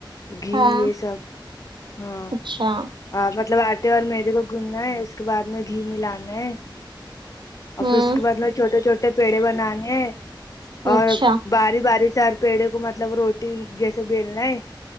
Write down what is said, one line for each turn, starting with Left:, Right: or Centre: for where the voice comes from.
Left: گھی
Right: ہاں
Left: یہ سب ہاں
Right: اچھا
Left: ہ مطلب آٹے اور میدے کو گوندنا ہے اس کے بعد میں گھی ملانا ہے اور
Right: ہوں
Left: پھر اس کے بعد میں چھوٹے چھوٹے پیڑے بنانے ہے اور
Right: اچھا
Left: باری باری سے ہر پیڑے کو مطلب روٹی جیسے بیلنا ہے